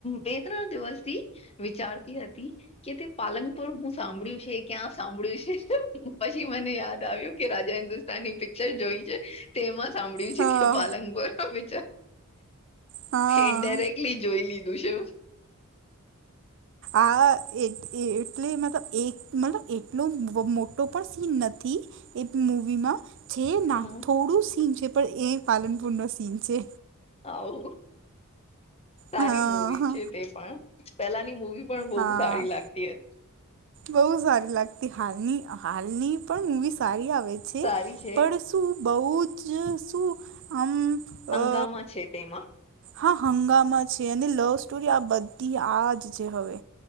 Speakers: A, on the left; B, on the right.
A: બે ત્રણ દિવસથી વિચારતી હતી. કે તે પાલંનપુર હું સાંભળ્યું છે ક્યાં સાંભળ્યું છે, પછી મને યાદ આવ્યું કે રાજા હન્દુસ્ તાની પિક્ચર જોય છે તેમાં સાંભળ્યું
B: હા
A: છે કે પાલંગપુર ન પિક્ચર
B: હા
A: ઇન્ડાયરેક્ટલી જોઈ લીધું છે.
B: આ એટલે મતલબ એક મતલબ એટલો મોટો પણ સીન નથી. એ મૂવીમાં છે
A: હા,
B: ના થોડું સીન છે પણ એ પાલનપુર ન સીન છે
A: આવ સારી
B: હા
A: મવી છે તે પણ પેલાની મૂવી પણ બહુ
B: હા
A: સારી લાગતી એ
B: બહુ સારી લાગતી હાલની હાલની પણ મવી સારી આવે છે
A: સારી છે
B: પણ શું બઉ જ શું આમ
A: હંગામા
B: અ
A: છે તેમાં
B: હા હંગમા છે અને લવ સ્ટોરી આ બધી આજ છે હવે